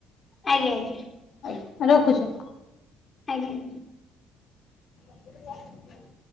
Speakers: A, on the left; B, on the left.
A: ଆଜ୍ଞା ଆଜ୍ଞା।
B: ଆଜ୍ଞା ରଖୁଛି।
A: ଆଜ୍ଞା।
B: <unintelligible>